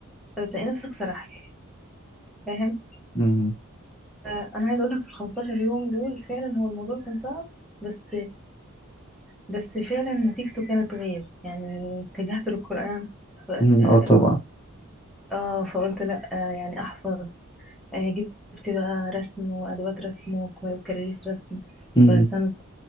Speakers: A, in the centre; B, on the left (about 20°).
A: طب تلاقي نفسك سرحت فاهم
B: مم.
A: انا عايزه اقول لك في ال 15 يوم دول فعلا هو الموضوع كان صعب بس بس فعلا نتيجته كانت غير يعني اتجهت للقرآن ف...
B: مم.
A: اه
B: اه طبعا
A: آه، فقلت لا آه يعني احفظ آه جبت بقى رسم وادوات رسم وك- وكراريس رسم
B: مم.
A: ورسمت